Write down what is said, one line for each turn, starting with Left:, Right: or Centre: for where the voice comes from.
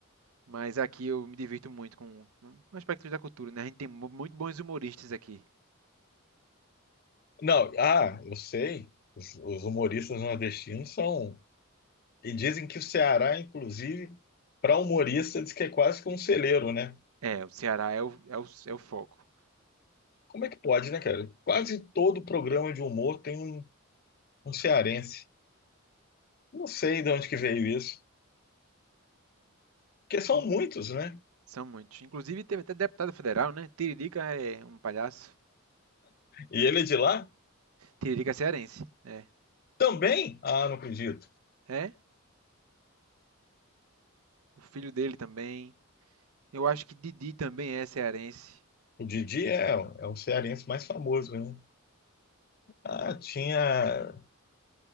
Right: Mas aqui eu me divirto muito com, com aspectos da cultura, né? A gente tem mu- muito bons humoristas aqui.
Left: Não, ah, eu sei, os, os humoristas nordestinos são. E dizem que o Ceará, inclusive, para humorista, diz que é quase que um celeiro, né?
Right: É, o Ceará é o, é o, é o foco.
Left: Como é que pode, né, cara? Quase todo programa de humor tem um, um cearense. Não sei de onde que veio isso, porque são
Right: In-
Left: muitos, né?
Right: São muitos. Inclusive teve até deputado federal, né? Tiririca é um palhaço.
Left: E ele é de lá
Right: Tiririca é cearense, né?
Left: também? Ah, não acredito.
Right: É, o filho dele também. Eu acho que Didi também é cearense.
Left: O Didi é, é o cearense mais famoso, né? Ah, tinha.